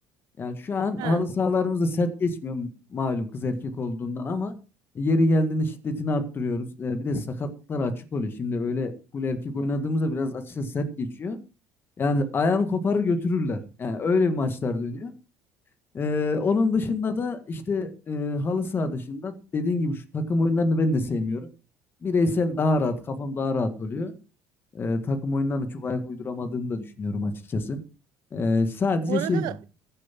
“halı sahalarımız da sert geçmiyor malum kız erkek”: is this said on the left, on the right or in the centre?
Left